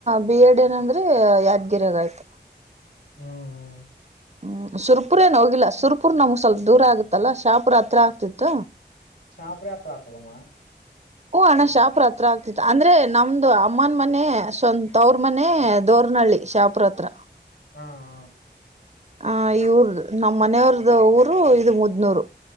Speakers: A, on the right (about 40°); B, on the left (about 85°).
A: ಬಿ ಎಡ್ ಏನಂದ್ರೆ ಯಾದ್ಗಿರಿಯಾಗಯ್ತು.
B: ಹ್ಮ್ ಹ್ಮ.
A: ಹ್ಮ್ ಸುರ್ಪುರ ಏ ಹೋಗಿಲ್ಲ ಸುರ್ಪುರ್ ನಮ್ಗ್ ಸ್ವಲ್ಪ ದೂರ ಆಗತ್ತಲ್ಲ ಶಾಪುರ್ ಹತ್ರ ಆಗುತ್ತಿತ್ತ.
B: ಶಪೂರ ರೆ ಹತ್ರ ಅಗ್ಗತದ ಅಮ್ಮ.
A: ಹು ಅಣ್ಣ ಶಪುರ ಹತ್ರ ಅಗತಿತು ಅಂದ್ರೆ ನಮ್ದು ಅಮ್ಮನ ಮನೆ ಸ್ವಂತ ತವರ ಮನೆ ದೋರ್ನಹಳ್ಳಿ. ಶಪುರ ಹತ್ರ.
B: ಹಾ ಹಾ.
A: ಆ ಇವರ್ದ ನಮ್ಮ್ ಮನೆಯವ್ರ್ದ ಊರು ಇದು ಮುದ್ನೂರು.